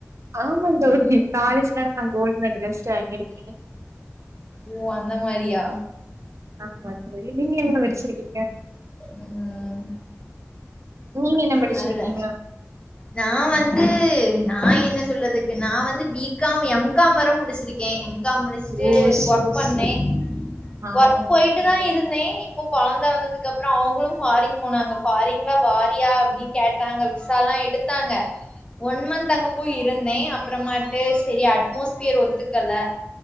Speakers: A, on the right (about 70°); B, on the left (about 20°).
A: ஆமா தோழி காலேஜ்லனா நா கோல்டு மெடல்ஷ்ட் வாங்கியிருக்கேன்
B: ஓ அந்த மாரியா
A: ஆமா தோழி நீங்க என்ன வெச்சிரு
B: ம்
A: நீங்க என்ன படிச்சிருக்கீங்க
B: வல்ல நா வந்து நா என்ன சொல்லதுக்கு நா வந்து பி காம் எம் காம் வர முடிச்சிரு கன் எம் காம் முடிச்சிட்டு
A: ஓ சூப்பர்
B: ஒர்க் பண்ணே
A: ஆ
B: ஒர்க் போயிட்டுதா
A: ஓகே தோழி
B: இருந்தேன் இப்போ கொழந் த வந்ததுக்கு அப்றோ அவங்களு ஃபாரிங் போனாங்க ஃபாரிங்ல வாரியா அப்டின்னு கேட்டாங்க விசாயெல்லா எடுத்தாங்க
A: <inaudible>
B: ஒன் மந்த் அங்க போய் இருந்தேன் அப்பறமாட்டு செரி அட்மாஸ்பியர் ஒத்துக்கல